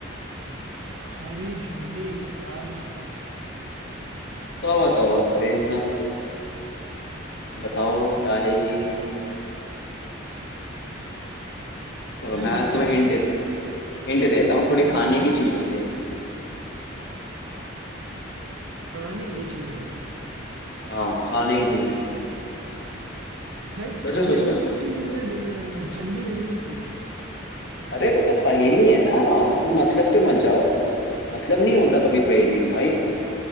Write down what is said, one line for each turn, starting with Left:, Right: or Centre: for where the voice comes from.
Right: हरी झंडी लाल मकान
Left: तौबा तौबा करे इंसान बताओ क्या है ये चलो
Right: भाई
Left: मैं
Right: पता
Left: तुम्हें हिंट
Right: नहीं
Left: देता हिंट देता हूँ थोड़ी
Right: हाँ
Left: खाने की
Right: ये
Left: चीज है ये
Right: खाने की चीज है
Left: हाँ खाने की चीज है
Right: भाई
Left: सोचो
Right: खाने
Left: सोचो
Right: की
Left: सोचो
Right: कौन सी चीज में ड- झंडी लगी होती है
Left: अरे वो तो पहेली है ना तुम मतलब पे मत जाओ मतलब नहीं होता कभी पहेली में भाई